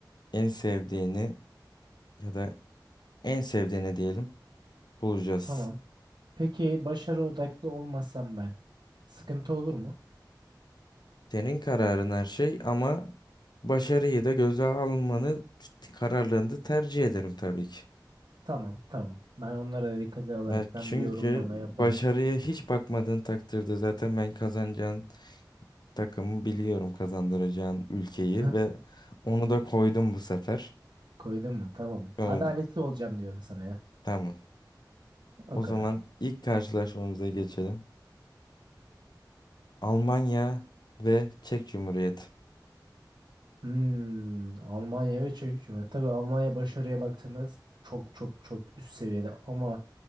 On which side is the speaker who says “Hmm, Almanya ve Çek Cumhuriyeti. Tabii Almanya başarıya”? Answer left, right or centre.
Right